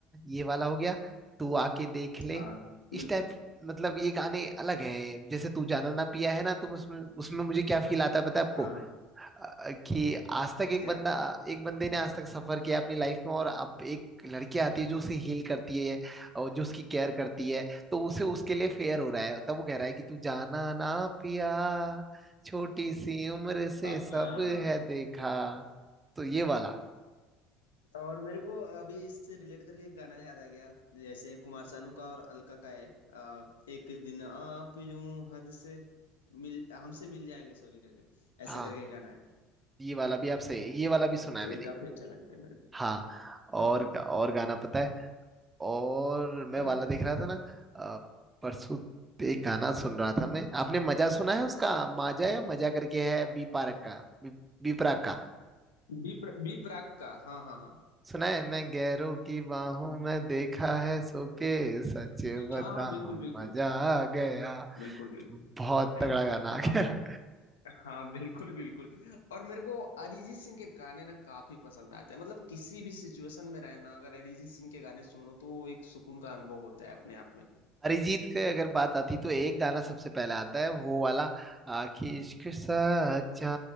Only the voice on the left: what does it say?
हाँ बिल्कुल
हाँ हाँ
क्या
हाँ
हाँ
और मेरे को अभी इससे रिलेट करके एक गाना याद आ गया जैसे कुमार सानू का और अलका का है अ, एक दिन आप यूं हद से मिल हमसे मिल जाएंगे सॉरी करके ऐसा
करके गाना है
तो
ये काफी अच्छा लगता है मेरे को।
हाँ हाँ
हाँ।
बी प्र, बी प्राक का हाँ हाँ हाँ
हाँ हाँ बिल्कुल बिल्कुल
बिल्कुल
बिल्कुल
आप हाँ बिल्कुल बिल्कुल और मेरे को अरिजीत सिंह के गाने ना काफी पसंद आते हैं मतलब किसी भी सिचुएशन में रहना अगर अरिजीत सिंह के गाने सुन लो तो वो एक सुकून का अनुभव होता है अपने आप में